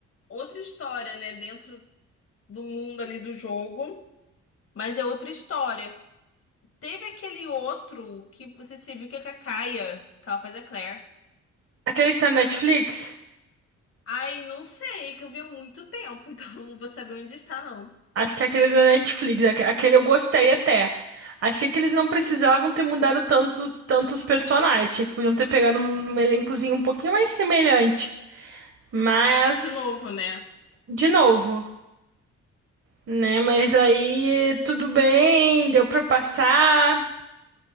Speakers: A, on the left; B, on the right.
A: outra história, né? Dentro do mundo ali do jogo. Mas é outra história. Teve aquele outro que você se viu que é com a Kaia, que ela faz a Claire.
B: Aquele que tá na Netflix?
A: Ai, não sei, que eu vi há muito tempo, <laughs> então não vou saber onde está, não.
B: Acho que aquele da Netflix, aque- aquele eu gostei até. Achei que eles não precisavam ter mudado tantos tantos personagens. Achei que podiam ter pegado um, um elencozinho um pouquinho mais semelhante. Mas,
A: De novo, né?
B: de novo, né? Mas aí tudo bem, deu pra passar.